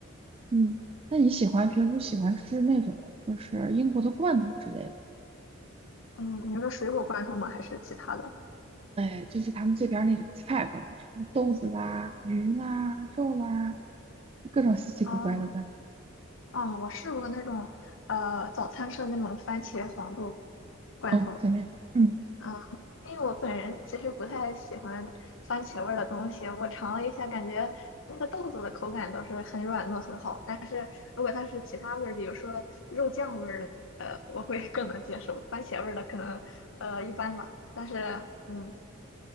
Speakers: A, on the right; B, on the left.
A: 嗯，那你喜欢平时喜欢吃那种就是英国的罐头之类的？
B: 嗯，你说水果罐头吗？还是其他的？
A: 哎，就是他们这边儿那种菜罐头，什么豆子啦、鱼啦、肉啦，就各种稀奇古怪的罐
B: 哦哦，我试过那种呃早餐吃的那种番茄黄豆罐头，
A: 头。哦，前面，嗯
B: 嗯，因为我本人其实不太喜欢番茄味儿的东西，我尝了一下，感觉那个豆子的口感倒是很软糯很好，但是如果它是其他味儿，比如说肉酱味儿的，呃，我会更能接受，番茄味儿的可能呃一般吧，但是嗯。